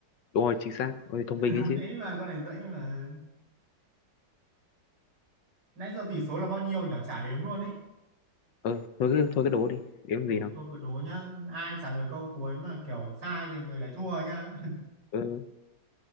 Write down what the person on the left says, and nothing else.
đúng rồi chính xác ôi thông
minh đấy chứ
ừ, thôi cứ thôi cứ đố đi kiếm
gì đâu
ừ.